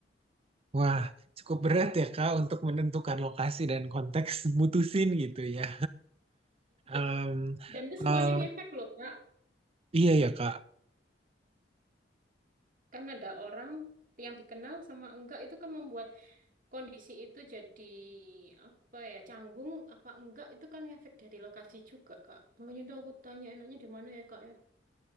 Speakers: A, on the right (about 35°); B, on the right (about 50°).
A: Wah, cukup berat ya Kak untuk menentukan lokasi dan konteks mutusin gitu ya. Em,
B: Dan itu
A: kalau-
B: semuanya ngefek loh, Kak.
A: iya ya Kak,
B: Kan ada orang yang dikenal sama enggak itu kan membuat kondisi itu jadi apa ya, canggung apa enggak itu kan ngefek dari lokasi juga, Kak. Makanya itu aku tanya enaknya di mana ya, Kak ya.